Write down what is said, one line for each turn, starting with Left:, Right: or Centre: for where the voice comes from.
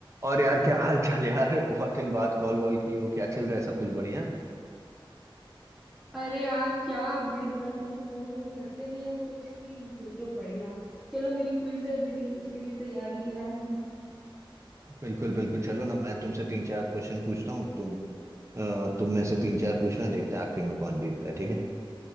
Right: और यार क्या हाल चाल यार <laughs> बहुत दिन बाद कॉल वॉल की हो क्या चल रहा है सब कुछ बढ़िया
Centre: अरे यार क्या बढ़िया तुम तो फोन वोन करते नहीं हो कुछ नहीं बोलते हो बढ़िया चलो मेरी क्विज है मेरी उसके लिए तैयारी कराओ मेरी
Right: बिल्कुल बिल्कुल चलो ना मैं तुमसे तीन चार क्वेश्चन पूछता हूँ तुम अ, तुम में से तीन चार पूछना देखते हैं आखिरी में कौन जीतता है ठीक है